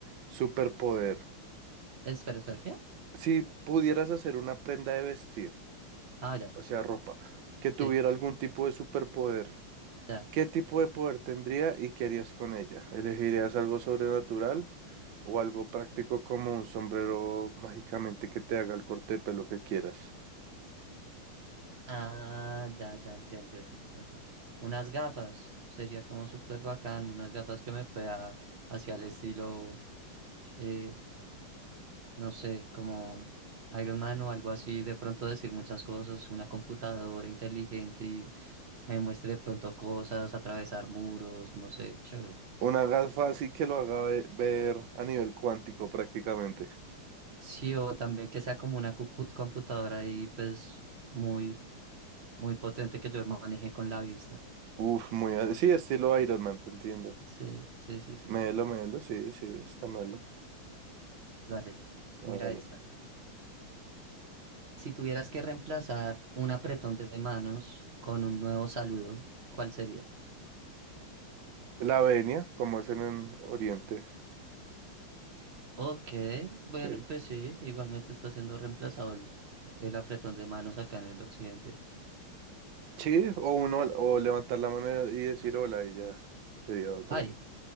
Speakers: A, on the right; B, on the right.
A: superpoder.
B: Espera, espera, ¿qué?
A: Si pudieras hacer una prenda de vestir.
B: Ah, ya,
A: O sea, ropa. Que tuviera
B: sí,
A: algún tipo de superpoder.
B: ya.
A: ¿Qué tipo de poder tendría y qué harías con ella? ¿Elegirías algo sobrenatural o algo práctico como un sombrero mágicamente que te haga el corte de pelo que quieras?
B: Ah, ya, ya, entiendo, entiendo, entiendo. Unas gafas, sería como súper bacán, unas gafas que me pueda hacia el estilo, eh, no sé, como Iron Man o algo así, de pronto decir muchas cosas, una computadora inteligente y me muestre de pronto cosas, atravesar muros, no sé, chévere.
A: Una gafa así que lo haga ve- ver a nivel cuántico prácticamente.
B: Sí, o también que sea como una compu- computadora ahí, pues muy, muy potente que yo maneje con la vista.
A: Uf, muy... a- Sí, estilo Iron Man, te entiendo.
B: Sí, sí, sí, sí.
A: Melo, melo, sí, sí, está melo.
B: Dale,
A: Hágale.
B: mira esta. Si tuvieras que reemplazar un apretón de manos con un nuevo saludo, ¿cuál sería?
A: La venia, como es en el Oriente.
B: Ok, bueno,
A: Sí.
B: pues sí, igualmente está siendo reemplazado el, el apretón de manos acá en el occidente.
A: Sí, o uno, o levantar la mano y decir hola y ya sería otra.
B: ¡Ay!